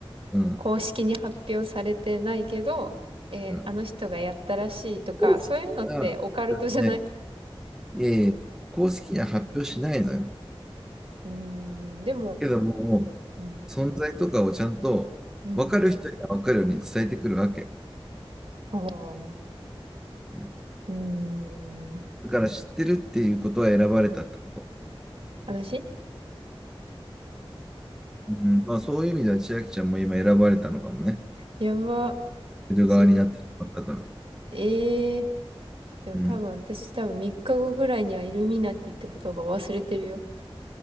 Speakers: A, in the centre; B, on the right.
A: うん。
B: 公式に発表されてないけど、えーあの人がやったらしいとか、
A: うん公式には発表しない。
B: そういうのってオカルトじゃない
A: いえいえ、公式には発表しないのよ。
B: うーん、でも、
A: けども、
B: うん、
A: 存在とかをちゃんと分かる人には分かるように伝えてくるわけ。
B: うん、ああ、う
A: うん、
B: ーん、
A: だから知ってるっていうことは選ばれたってこと。
B: 私
A: うん、まあそういう意味では千秋ちゃんも今選ばれたのかもね。
B: やば。
A: 知る側になってしまったから。
B: 私、ええー。でも多分、
A: うん。
B: 私多分3日後ぐらいにはイルミナティって言葉忘れてるよ。